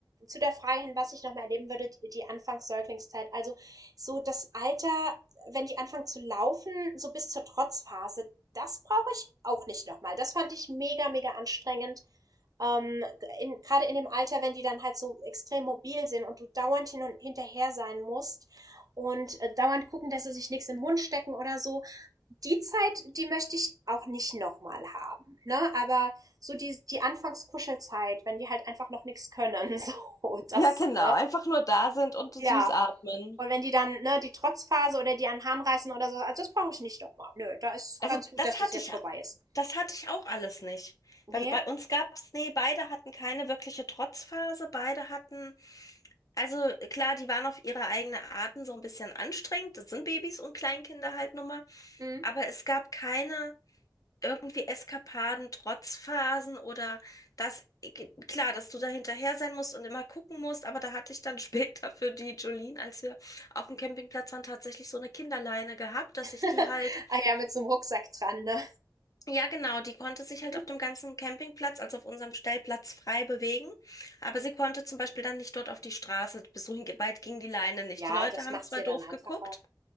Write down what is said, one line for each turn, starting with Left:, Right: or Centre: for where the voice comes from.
Right: zu der Frage hin, was ich nochmal erleben würde, die, die Anfangs-Säuglingszeit. Also so das Alter, wenn die anfangen zu laufen, so bis zur Trotzphase, das brauche ich auch nicht nochmal. Das fand ich mega, mega anstrengend. Ähm, in, gerade in dem Alter, wenn die dann halt so extrem mobil sind und du dauernd hin und hinterher sein musst und äh, dauernd gucken, dass sie sich nichts in den Mund stecken oder so. Die Zeit, die möchte ich auch nicht nochmal haben, ne? Aber so die die Anfangskuschelzeit, wenn die halt einfach noch nichts können, <laughs> so, das,
Left: Ja, genau.
Right: ne?
Left: Einfach nur da sind und süß
Right: Ja.
Left: atmen.
Right: Und wenn die dann, ne, die Trotzphase oder die an den Haaren reißen oder so, also das brauche ich nicht nochmal. Nö, da ist
Left: Also
Right: ganz gut,
Left: das
Right: dass das
Left: hatte
Right: jetzt
Left: ich,
Right: vorbei ist.
Left: das hatte ich auch alles nicht.
Right: Ne?
Left: Bei, bei uns gab es, nee, beide hatten keine wirkliche Trotzphase, beide hatten, also klar, die waren auf ihre eigene Arten so ein bisschen anstrengend, das sind Babys und Kleinkinder halt nun mal,
Right: Mhm.
Left: aber es gab keine irgendwie Eskapaden, Trotzphasen oder das, klar, dass du da hinterher sein musst und immer gucken musst, aber da hatte ich dann <laughs> später für die Jolene, als wir auf dem Campingplatz waren, tatsächlich so eine Kinderleine gehabt, dass
Right: <laughs>
Left: ich die halt
Right: Ah ja, mit so einem Rucksack dran, ne?
Left: ja, genau. Die konnte sich
Right: <laughs>
Left: halt auf dem ganzen Campingplatz, also auf unserem Stellplatz, frei bewegen. Aber sie konnte zum Beispiel dann nicht dort auf die Straße. Bis so hin- weit ging die Leine nicht.
Right: Ja,
Left: Die Leute
Right: das
Left: haben
Right: macht's
Left: zwar
Right: ja
Left: doof
Right: dann einfacher.
Left: geguckt,